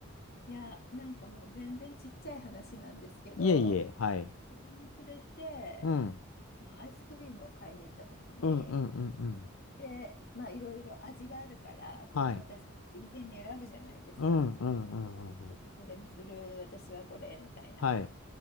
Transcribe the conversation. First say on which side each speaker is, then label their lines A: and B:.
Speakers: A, on the left; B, on the left.
A: いや、なんかもう全然ちっちゃい話なんですけど、
B: いえいえ、はい。
A: 子供連れて、
B: うん、
A: まあアイスクリームを買いに行った時に、
B: うん、うん、うん、うん。
A: で、まあいろいろ味があるから、子供たちが真剣に選ぶじゃないですか。
B: はい。うん、うん、うん、うん。
A: ここれにする、
B: うん
A: 私はこれ、みたいな。
B: はい。